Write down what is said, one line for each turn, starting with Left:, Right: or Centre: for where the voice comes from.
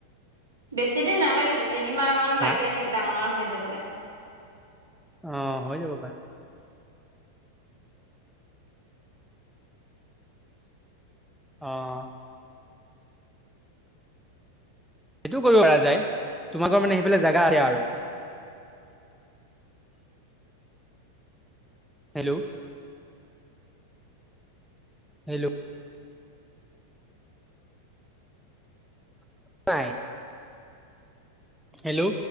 Right: বেছি দিন নালাগেতো তিনিমাহ মান
Centre: হা
Right: লাগে ডাঙৰ হৈ যাবলৈ।
Centre: অ হৈ যাব পাৰে। আহ। সেইটোও কৰিব পৰা যায় তোমালোকৰ মানে সেইফালে জেগা আছে ।আৰু
Right: আ
Centre: হেল্ল' হেল্ল' নাই হেল্ল'